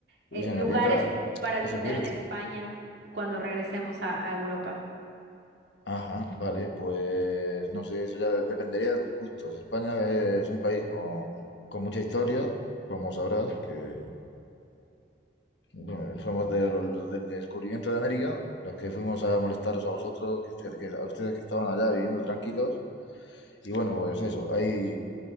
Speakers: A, on the right; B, on the left.
A: eh,
B: Uy, señorita,
A: lugares para visitar
B: ¿qué se pierde?
A: en España cuando regresemos a, a Europa.
B: Ajá, vale, pues no sé, eso ya dependería de tus gustos. España es un país con, con mucha historia, como sabrás, que bueno, somos de los, los del descubrimiento de América, los que fuimos a molestaros a vosotros, que, que- a ustedes que estaban allá viviendo tranquilos. Y bueno, pues eso, hay,